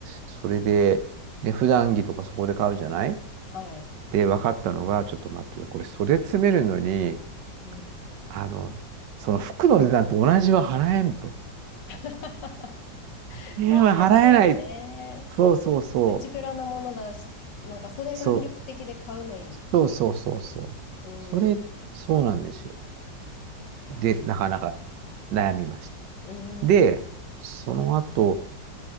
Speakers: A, on the right (about 75°); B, on the left (about 75°).
A: それで、で、普段着とかそこで買うじゃない
B: はい。
A: で、分かったのが、ちょっと待ってよ、これ袖詰めるのに、
B: うん。
A: あの、その服の値段と同じは払えんと。
B: <laughs>
A: 1 0は払えない。
B: そうですよね。
A: そうそうそ
B: プチプラなものだし、なんかそれが魅力的で買うのにっていう。
A: う。そう、そうそうそうそう。
B: うん。
A: それ、そうなんですよ。で、なかなか悩みました。
B: うん。
A: で、
B: うん
A: その後、